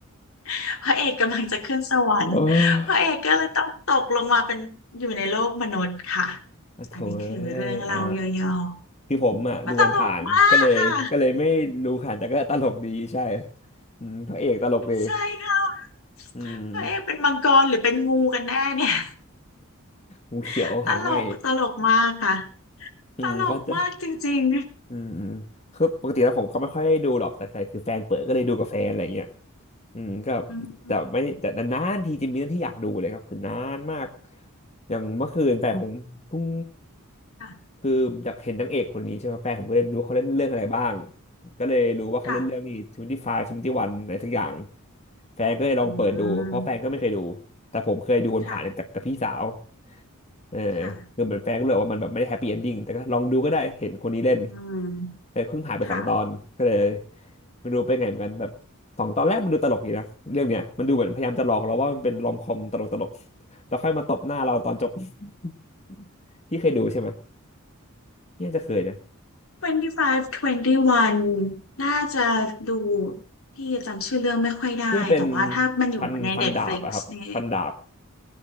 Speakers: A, on the left; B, on the left.
A: <laughs> พระเอกกำลังจะขึ้นสวรรค์พระเอกก็เลยต้องตกลงมาเป็นอยู่ในโลกมนุษย์ค่ะ
B: โอ้อะโถเอ้ยอ่า
A: อันนี้คือเรื่องเล่าย่อ
B: คือผมอ่ะดูมันผ่านๆก็เลยก็เลยไม่รู้ค่ะแต่ก็ตลกดีใช่
A: ๆมันตลกมากค่ะ
B: อืมพระเอกตลกดี
A: ใช่ค่ะ
B: อืม
A: พระเอกเป็นมังกรหรือเป็นงูกันแน่เนี่ย
B: งูเขียวหางไหม
A: <laughs> ตลกตลกมากค่ะ
B: <laughs> อืมเข้าใจ
A: ตลกมากจริง
B: อืมอืมคือปกติแล้วผมก็ไม่ค่อยได้ดูหรอกแต่แต่คือแฟนเปิดก็เลยดูกับแฟนอะไรเงี้ยอืมก็
A: ๆอืม
B: แต่ไม่แต่นานๆทีจะมีเรื่องที่อยากดูเลยครับคือนานมากอย่างเมื่อคืนแฟนผมเพิ่ง
A: ค่ะ
B: คืออยากเห็นนางเอกคนนี้ใช่ไหมแฟนผมก็เลยรู้เขาเล่นเรื่องอะไรบ้างก็เลยรู้ว่าเขาเล่นเรื่องนี้ทเวิตี้ไฟทเวนตี้วันอะไรสักอย่าง
A: ค่ะ
B: แฟนก็เลยลองเปิดดูเพราะแฟนก็ไม่เคยดูแต่ผมเคยดูคนผ่านๆจากกับพี่สาว
A: อืมค่ะ
B: เออ
A: ค่ะ
B: คือเหมือนแฟนก็เลยบอกว่ามันแบบไม่ได้แฮปปี้เอนดิ้งแต่ก็ลองดูก็ได้เห็นคนนี้เล่น
A: อืม
B: แต่เพิ่งผ่านไปสองตอนก็เลย
A: ค่ะ
B: ไม่รู้เป็นไงเหมือนกันแบบสองตอนแรกมันดูตลกดีนะเรื่องเนี้ยมันดูเหมือนพยายามจะหลอกเราว่ามันเป็นรอมคอมตลกตลกแล้วค่อยมาตบหน้าเราตอนจบ <laughs> พี่เคยดูใช่ไหมเนี่ยจะเคยนะ
A: 25 21น่าจะดูพี่จำชื่อเรื่องไม่ค่อยได้แต่ว่าถ้ามันอยู่ใน
B: ที่มันเป็นฟันฟันดาบอะครับฟันดาบ
A: Netflix นี่